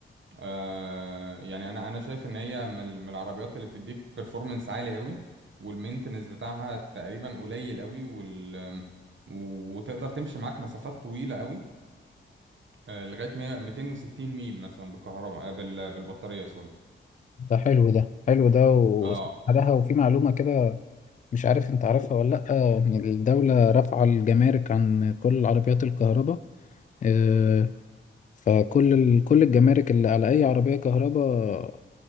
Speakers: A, on the right (about 65°); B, on the left (about 35°).
A: آه يعني انا انا شايف ان هي من ال- من العربيات اللي بتديك performance عالي قوي والمينتنس بتاعها تقريبا قليل قوي وال وتقدر تمشي معاك مسافات طويله قوي آه لغايه 100 260 ميل مثلا بالكهرباء آه بال... بالبطاريه سوري
B: ده حلو ده حلو ده وسعرها
A: اه
B: وفي معلومة كده مش عارف انت عارفها ولا لأ إن الدولة رافعة الجمارك عن كل العربيات الكهرباء آه، فكل ال- كل الجمارك اللي على أي عربية كهرباء